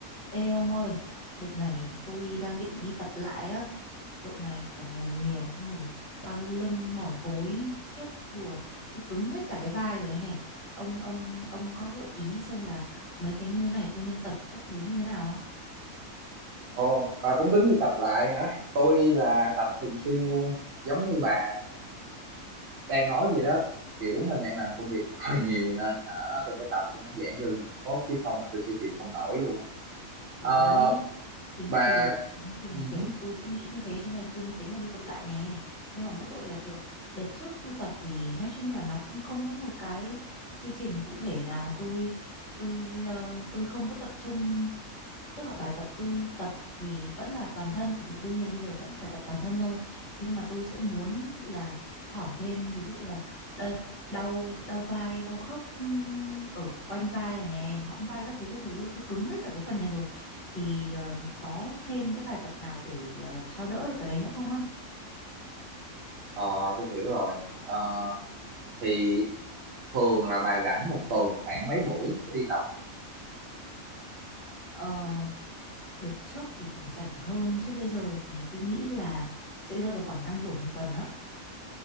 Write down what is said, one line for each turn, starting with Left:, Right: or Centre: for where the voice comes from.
Left: Ê ông ơi, đợt này tôi đang định đi tập lại á. Độ này kiểu ngồi nhiều xong rồi đau lưng mỏi gối khiếp đùa, tôi cứng hết cả cái vai rồi đây này. Ông ông ông có gợi ý xem là mấy cái như này tôi nên tập các thứ như thế nào không?
Right: Ồ, bà cũng tính đi tập lại hả? Tôi là tập thường xuyên luôn, giống như bà đang nói vậy đó. Kiểu mình đang làm công việc <laughs> hơi nhiều nên hả, tôi phải tập cho nó giãn gân giãn cốt chứ không là tôi sẽ chịu không nổi luôn.
Left: Ừ
Right: Ờ,
Left: đấy. Chính
Right: bà,
Left: vì chính vì
Right: uh
Left: kiểu tôi cũng nghĩ như thế cho nên tôi mới tính là đi tập lại nè. Nhưng mà mỗi tội là kiểu đợt trước tôi tập thì nói chung là nó cũng không có một cái quy trình cụ thể nào tôi tôi ờ, tôi không có tập trung tức là bài tập tôi tập thì vẫn là toàn thân thì đương nhiên bây giờ vẫn phải tập toàn thân thôi nhưng mà tôi sẽ muốn là hỏi thêm ví dụ là đây đau đau vai đau khớp ừm, ở quanh vai này nè hõm vai các thứ các thứ tôi cứng hết cả cái phần này rồi thì ờ, có thêm cái bài tập nào để ờ, cho đỡ được cái đấy nữa không á
Right: Ờ, tôi hiểu rồi. Ờ, thì thường là bà rảnh một tuần khoảng mấy buổi để đi tập?
Left: Ờ, đợt trước thì còn rảnh hơn chứ bây giờ thì tôi nghĩ là sẽ rơi vào khoảng 5 buổi một tuần á